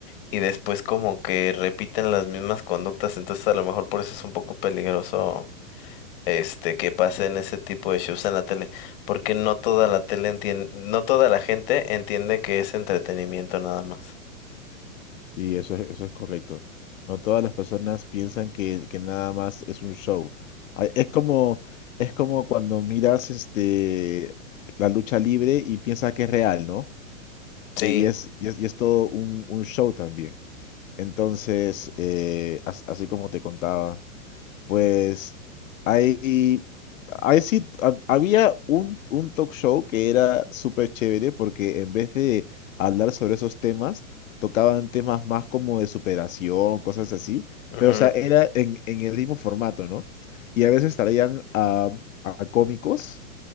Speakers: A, on the left; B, on the left.
A: y después como que repiten las mismas conductas, entonces a lo mejor por eso es un poco peligroso. Este, que pasen ese tipo de shows en la tele, porque no toda la tele entiende, no toda la gente entiende que es entretenimiento nada más.
B: Sí, eso es, eso es correcto. No todas las personas piensan que, que nada más es un show. Ah, Es como, es como cuando miras este, la lucha libre y piensas que es real, ¿no?
A: Sí.
B: Eh, Y es, y es, y es todo un, un show también. Entonces, eh, as- así como te contaba. Pues hay, hay sí, ha- había un, un talk show que era súper chévere porque en vez de hablar sobre esos temas, tocaban temas más como de superación, cosas así,
A: mhm,
B: pero o sea, era en, en el mismo formato, ¿no? Y a veces traían a, a cómicos